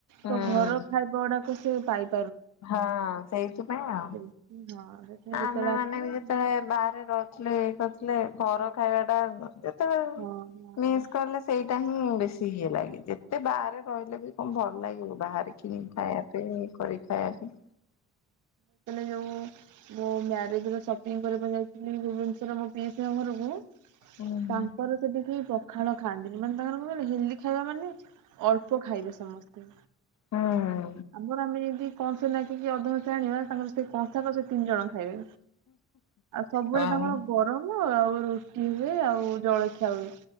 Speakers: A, on the left; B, on the right.
A: ହୁଁ
B: ତ ଘର ଖାଇବା ଗୁଡାକ ସେ ପାଇ
A: ହଁ, ସେଇଥି ପାଇଁ ଆ।
B: ସେଇଥି ହଁ ସେଥିପାଇଁ ଯେତେବେଳେ
A: ଆମେ ମାନେ
B: ଆସିବେ
A: ଯେତେବେଳେ ବାହାରେ ରହୁଥିଲେ, ଇ କରଥିଲେ ଘର ଖାଇବା ଟା
B: ହଁ ହଁ।
A: ମିସ୍ କଲେ ସେଇଟା ହିଁ ବେଶୀ ହେଇ ଲାଗେ, ଯେତେ ବାହାରେ ରହିଲେ ବି କଣ ଭଲ ଲାଗିବ। ବାହାରେ କିଣି ଖାଇବା ପାଇଁ, କରି ଖାଇବା ପାଇଁ
B: ଯଉ ମୋ ମାରେଜ ସପିଂ କରିବାକୁ ଯାଇଥିଲି ଭୁବନେଶ୍ଵର ମୋ ପିଇସି ଙ୍କ ଘରକୁ
A: ହୁଁ।
B: ତାଙ୍କର ସେଠିକି ପଖାଳ ଖାଆନ୍ତିନି ମାନେ ତାଙ୍କର କଣ ହେଲ୍ଦି ଖାଇବା ମାନେ ଅଳ୍ପ ଖାଇବେ ସମସ୍ତେ।
A: ହଁ।
B: ଆମର ଆମେ ଯଦି କଂସ ନକି, କିି ଅଧ କଂସା ଆଣିବା ତାଙ୍କର ସେଇ କଂସା କ ସେ ତିନି ଜଣ ଖାଇବେ। ଆଉ ସବୁବେଳେ
A: ହଁ
B: ତାଙ୍କର ଗରମ ଆଉ ରୁଟି ହୁଏ ଆଉ ଜଳଖିଆ ହୁଏ।